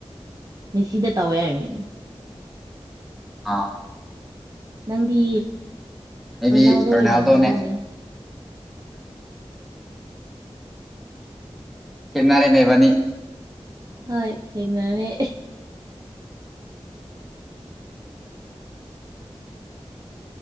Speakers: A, on the right (about 35°); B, in the centre.
A: ꯃꯦꯁꯤꯗ ꯇꯋꯦ ꯑꯥꯏꯕ
B: ꯑꯥ
A: ꯅꯪꯗꯤ
B: ꯑꯩꯗꯤ
A: ꯔꯣꯅꯥꯜꯗꯣ
B: ꯔꯣꯅꯥꯜꯗꯣꯅꯦ
A: ꯑꯣꯏꯔꯝꯒꯅꯤꯅꯦ
B: ꯀꯦꯠꯅꯔꯦꯅꯦ ꯢꯕꯅꯤ
A: ꯍꯣꯏ ꯈꯦꯠꯅꯔꯦ